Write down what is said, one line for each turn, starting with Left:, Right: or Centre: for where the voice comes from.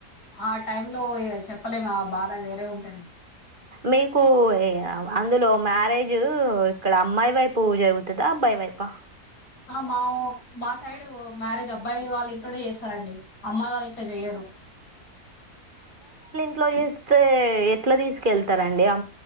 Left: ఆ టైమ్ లో చెప్పలేము ఆ బాధ వేరే ఉంటుది
Right: మీకు అందులో మ్యారేజ్ ఇక్కడ అమ్మాయి వైపు జరుగుతుందా అబ్బాయి వైపు వాహ
Left: ఆ మా మా సైడు మ్యారేజ్ అబ్బాయి వాళ్ళ ఇంట్లోనే చేస్తారండి అమ్మాయి వాళ్ళ ఇంట్లో జేయ్యరు
Right: ఇట్లో చేస్తే ఎట్లా తీసుకెళ్తారండి అ